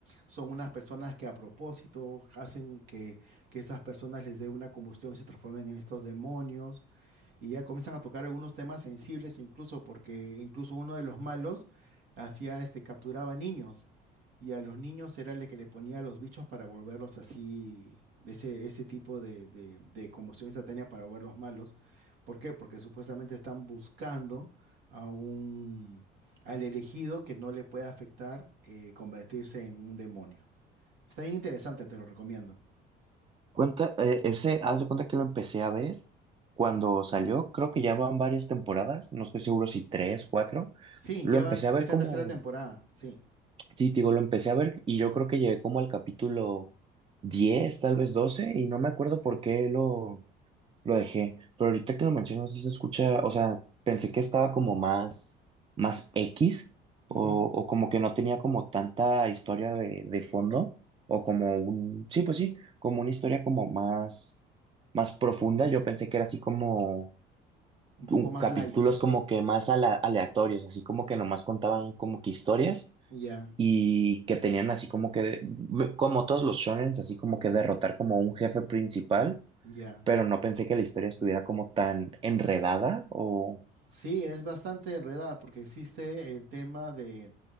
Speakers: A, on the right; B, on the right.
A: son unas personas que a propósito hacen que, que esas personas les dé una combustión y se transformen en estos demonios y ya comienzan a tocar algunos temas sensibles incluso porque incluso uno de los malos hacía este capturaba niños y a los niños era el que le ponía los bichos para volverlos así de ese ese tipo de de, de convulsión instantánea para volverlos malos. ¿Por qué? Porque supuestamente están buscando a un al elegido que no le pueda afectar eh, convertirse en un demonio. Está bien interesante, te lo recomiendo.
B: Cuenta, eh, ese, haz de cuenta que lo empecé a ver cuando salió, creo que ya van varias temporadas, no estoy seguro si tres, cuatro.
A: Sí,
B: Lo
A: ya
B: empecé
A: va,
B: a ver
A: es la
B: como,
A: tercera temporada, sí.
B: sí, te digo, lo empecé a ver y yo creo que llegué como al capítulo diez tal vez doce y no me acuerdo por qué lo, lo dejé, pero ahorita que lo mencionas sí se escucha, o sea, pensé que estaba como más, más X,
A: Ujú,
B: o, o como que no tenía como tanta historia de, de fondo, o como un, sí, pues sí, como una historia como más, más profunda. Yo pensé que era así como
A: Un poco
B: un-
A: más
B: capítulos
A: light,
B: como que más ala- aleatorios, así como que nomás contaban como que historias
A: ya.
B: y que tenían así como que, de- como todos los shonens, así como que derrotar como un jefe principal
A: Ya,
B: pero no pensé que la historia estuviera como tan enredada o...
A: sí, es bastante enredada porque existe el tema de,